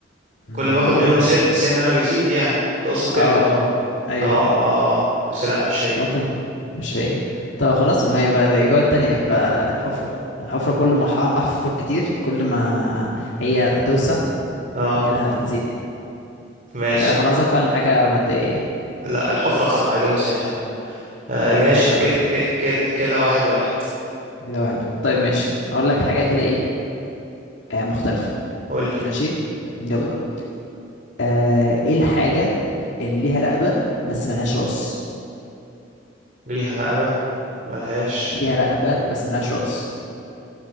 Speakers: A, on the left (about 70°); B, on the right (about 40°).
A: انا
B: كل ما اخد
A: بقول
B: منه
A: لك
B: سن سن انا بيزيد يعني تقصد
A: اه
B: كده
A: اه ايوه
B: اه
A: ايوه
B: اه اه بس لا مش هي
A: ممكن مش هي طب خلاص ما يبقى الاجابه التانية يبقى الحفره الحفره كل ما ح- احفر كتير كل ما هي هتوسع
B: اه
A: فكده هتزيد يعني
B: ماشي
A: ده لو كان قصدك فعلا حاجه ماديه يعني
B: لا الحفرة صح اجابة صحيحة فعلا آه
A: الحمد
B: ماشي
A: لله
B: كده
A: رضا
B: كده كده كده واحد واحد
A: كده واحد واحد. طيب ماشي اقول لك حاجه كده ايه آه مختلفه
B: قولي
A: ماشي يلا آه ايه الحاجه اللي ليها رقبه بس ملهاش راس
B: ليها رقبة ملهاش
A: ليها رقبه بس ملهاش راس